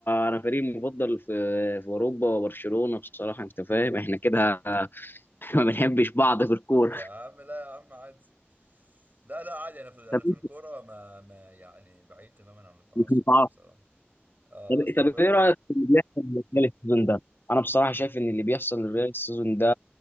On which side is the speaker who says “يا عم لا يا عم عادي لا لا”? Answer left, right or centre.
Right